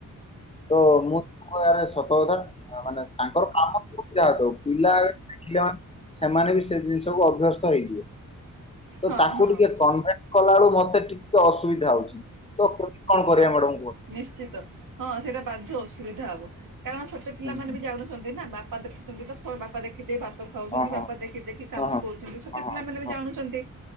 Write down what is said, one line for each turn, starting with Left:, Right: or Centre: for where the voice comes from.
Left: ତ ମୁଁ ହଁ ଆ ରେ ସତ କଥା ଆ ମାନେ ତାଙ୍କର କାମ ଥାଉ କି ଯାହା ଥାଉ ପିଲା ଦେଖିଲେ ମାନେ ସେମାନେ ବି ସେ ଜିନିଷକୁୁ ଅଭ୍ୟସ୍ତ ହେଇଯିବେ। ତ
Right: ହଁ ହଁ
Left: ତାକୁ
Right: ହଁ
Left: ଟିକେ କନଭେଣ୍ଟ କଲାବେଲୁ ମତେ ଟିକେ ଅସୁବିଧା ହଉଛି ତ କନ୍- କଣ
Right: ହଁ
Left: କରିବା ମ୍ୟାଡମ କୁହ?
Right: ନିଶ୍ଚିତ ହଁ ସେଇଟା ବାଧ୍ୟ ଅସୁବିଧା ହବ କାରଣ ଛୋଟ ପିଲାମାନେେ
Left: ହୁଁ ହୁଁ
Right: ବି ଜାଣୁ ଛନ୍ତି ନା ବାପା ଦେଖୁଛନ୍ତି ତ ଵ ବାପା ଦେଖି ଦେଇ ଭାତ ଖାଉଛନ୍ତି
Left: ହଁ
Right: ବାପା ଦେଖି ଦେଖି କାମ
Left: ହଁ ହଁ
Right: କରୁଛନ୍ତି ଛୋଟ
Left: ହଁ
Right: ପିଲାମାନେ ବି
Left: ହଁ
Right: ଜାଣୁଛନ୍ତି